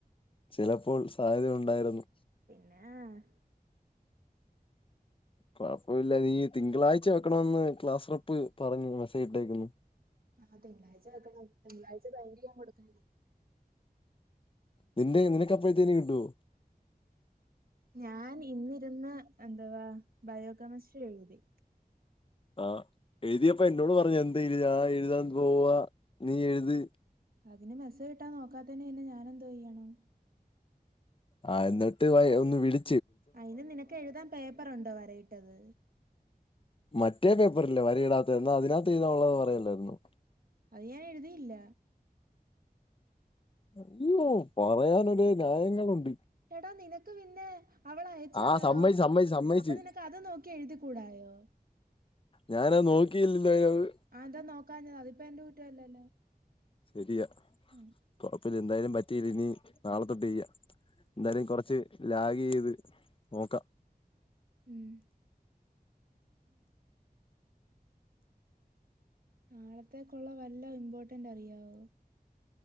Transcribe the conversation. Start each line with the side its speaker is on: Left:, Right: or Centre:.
Left: ചില പ്പോൾ സാധ്യതയുണ്ടായിരുന്നു
Right: ആഹ്
Left: കൊഴപ്പമില്ല ഈ തിങ്കളാഴ്ച വെക്കണന്ന് ക്ലാസ്സ്റപ്പ് പറഞ് മെസ്സേജ് ഇട്ടേക്കുന്നു
Right: ആഹ് തിങ്കളാഴ്ച വെക്കണം തിങ്കളാഴ്ച ഭയിന്റ് ചെയ്യാൻ കൊടുക്കാന
Left: നിന്റെ നിനക്കപ്പഴത്തേനു കിട്ടുവോ
Right: ഞാൻ ഇന്നിരുന്ന് എന്താവാ ബയോകെമിസ്ട്രി എഴുതി
Left: ആഹ് എഴുതിയപ്പ എന്നോട് പറഞ്ഞു എന്താ എഴുതി ആ എഴുതാൻ പോവാ നീ എഴുത്
Right: അതിന് മെസ്സേജ് ഇട്ടാനോക്കാത്തയിന് പിന്നെ ഞാൻ എന്തോ ചെയ്യണം
Left: ആ എന്നിട്ട് വ ഒന്ന് വിളി
Right: അയിന് നിനക്ക് എഴുതാൻ പേപ്പറ് ഒണ്ടോ വരയിട്ടത്
Left: മറ്റേ പേപ്പറല്ലേ വരയിടാത്ത എന്നാ അതിനകത്ത് എഴുതാൻ ഉള്ളത് പറയല്ലായിരുന്നോ
Right: അത് ഞാൻ എഴുതിയില്ല
Left: അയ്യോ പറയാന് ഒരേ ന്യായങ്ങളുണ്ട്
Right: എടാ നിനക്ക് പിന്നെ അവളയച്ചുന്നതോ
Left: ആ സമ്മതിച്ച് സമ്മതിച്ച് സമ്മതിച്ച്
Right: അപ്പൊ നിനക്ക് അത് നോക്കി എഴുതി കൂടായോ
Left: ഞാനത് നോക്കിയില്ലല്ലോ അതിനത്
Right: അതാ നോക്കാഞ്ഞെ അ പ്പ എന്റെ കുറ്റല്ലല്ലേ
Left: ശരിയാ
Right: ഉം
Left: അപ്പ ഇനി എന്തായാലും പറ്റിയില്ലങ്കി നാളെത്തൊട്ട് ചെയ്യാ എന്തായാലും കൊറച്ച് ലാഗ് എയ്ത് നോക്കാം
Right: ഉം നാളത്തേക്കൊള്ള വല്ല ഇമ്പോട്ടന്റ് അറിയാവോ